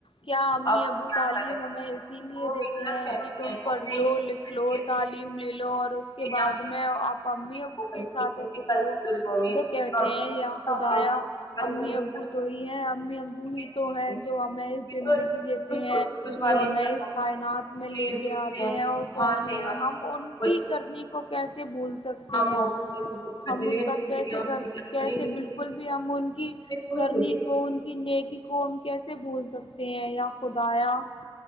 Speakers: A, on the left (about 75°); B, on the left (about 50°).
A: کیا امی
B: کریں۔
A: ابو تعلیم ہمیں اسی لیے
B: وہ
A: دیتے
B: بھی غلط
A: ہیں
B: فہمی
A: کہ تم
B: ہے
A: پڑھ
B: انہیں
A: لو لکھ لو
B: یہ چیز
A: تعلیم لے لو اور اس کے بعد
B: یا ہم
A: میں <unintelligible> امی ابو
B: کو کل
A: کے ساتھ ایسے کرو
B: بزرگ ہوں گے
A: تو کہتے
B: ہم
A: ہیں یا <unintelligible>
B: ہم
A: امی
B: کو نہیں
A: ابو تو ہی ہیں امی ابو ہی
B: سمجھتے
A: تو ہیں جو ہمیں
B: ہیں.
A: اس زندگی دیتے
B: کچھ
A: ہیں
B: کچھ والد
A: جو ہمیں اس کائنات میں لے
B: یہ
A: کے
B: سوچتے
A: آتے ہیں اور کون
B: ہاں سیوا
A: ہی ہے ہم ان
B: کوئی
A: کی کرنی <unintelligible> کو کیسے بول <unintelligible> سکتی
B: ہاں
A: ہیں
B: وہ یہ سب کچھ کرتے
A: ہم ان
B: لیکن
A: کا کیسے
B: ہم اپنی
A: کر کیسے بالکل <unintelligible> ل بھی ہم ان کی
B: وہ
A: کرنی
B: چھوٹی
A: کو ان کی نیکی کو ہم کیسے بھول سکتے ہیں یا خدایا <unintelligible>